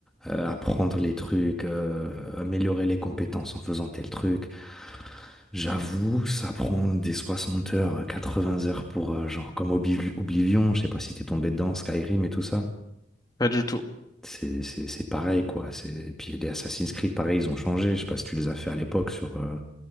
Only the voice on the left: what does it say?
Pas du tout.